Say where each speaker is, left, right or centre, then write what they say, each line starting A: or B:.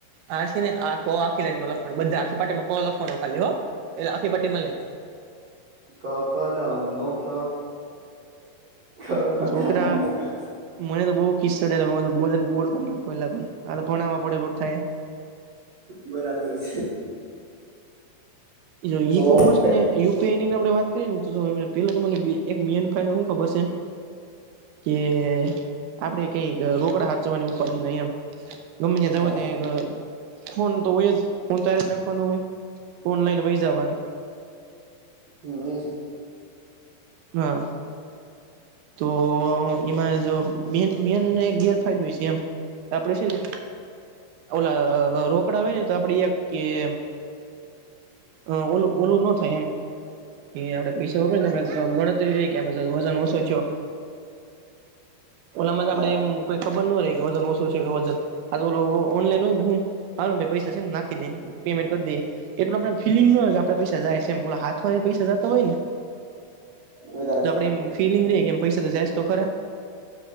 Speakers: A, on the right; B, on the right.
A: આ છે ને આ તો આખી લાઈન મતલબ બધા આખી પટી માં ક લખવાનું ખાલી હો, એટલે આખી પટી માં લઈખ
B: ક કલમ નો ક. ખ
A: તો
B: ખટારા
A: સોકરા
B: નો ખ
A: મને તો બોવ કિસ ચડેલા ભોજન બોડ કર નાખ પેલા આ ભઈ, આ ભણાવા પડે રોજ થાય.
B: બરાબર છે.
A: ઈ જો ઈ
B: તો
A: કોમર્સ
B: કઈ
A: ને યુ તચ એનીન આપણે વાત કરીએને તો-તો પેલો <unintelligible> એક મેન ફાયદા હું ખબર સે? કે આપડે કંઈક રોકડા હાચવાની ઉપાધી નહીં એમ. ગમે ત્યાં
B: હા
A: જાવું હોય, તયે એક ફોન તો હોય જ, ફોન તો હારે જ રાખવાનો હોય. વઈ જાવાનું.
B: હમ્મ ઈ છે.
A: હા. તો એમાં જો મેન-મેનને એક ગેરફાયદોય સે એમ. આપડે સે ને, ઓલા રોકડા હોય ને તો આપણે એક કે એમ અહ ઓલું-ઓલું નો થાય એમ. કે આપડે પૈસા વાપરી ને આપડ ગણતરી ર કેમે વજન ઓછો છો. ઓલામાં તો
B: હા
A: આપડે એમ કોઈ ખબર નો રયે કે કોઈ વજન ઓસો સે કે વજન આતો ઓલો ઓનલાઈન હોય ને હું, ચાલો ને ભઈ પૈસા સે ને નાખી દેય, પેમેન્ટ કર દેય. એટલે આપણે ફલિંગ ન હોય કે આપણે પૈસા જાય સે એમ, ઓલા હાથમાંથી પૈસા જતા હોય ને
B: વધારે
A: તો
B: લાગે.
A: આપડે એમ ફિલિંગ રે કે એમ પૈસા તો જાસ્તો ખરા.